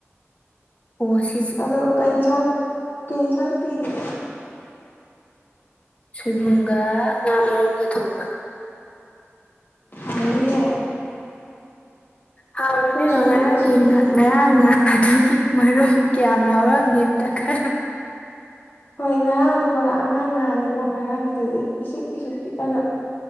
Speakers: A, on the left (about 25°); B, on the left (about 45°).
A: ꯑꯣꯁ
B: ꯑꯗꯣ ꯀꯩ ꯏꯟꯁꯥꯡ ꯀꯩ ꯏꯟꯁꯥꯡ ꯄꯤꯒꯦ
A: ꯁꯣꯏꯕꯨꯝꯒ ꯉꯥ ꯃꯔꯨꯝꯒ ꯊꯣꯡꯕ
B: ꯍꯥꯎꯅꯤꯍꯦ
A: ꯍꯥꯎꯔꯅꯦꯣꯏꯕ
B: ꯑꯩꯈꯣꯏꯁꯨ
A: ꯉꯔꯥꯡꯒꯤ
B: ꯉꯁꯤꯗꯤ
A: ꯉꯔꯥꯡ ꯉ ꯑꯗꯨꯒꯤ ꯃꯔꯨꯝ ꯀꯌꯥꯝ ꯌꯥꯎꯔꯝꯒꯦ ꯑꯝꯇ ꯈꯜꯂꯨ
B: ꯍꯣꯏ ꯉꯔꯥꯡꯗꯣ ꯄꯨꯔꯥ ꯑꯉꯥꯡ ꯉꯥꯅꯤꯀꯣ ꯉꯔꯥꯡꯒꯤꯗꯨꯗꯤ ꯐꯤꯁꯤꯛ ꯐꯤꯤꯁ ꯄꯤꯛꯑꯒ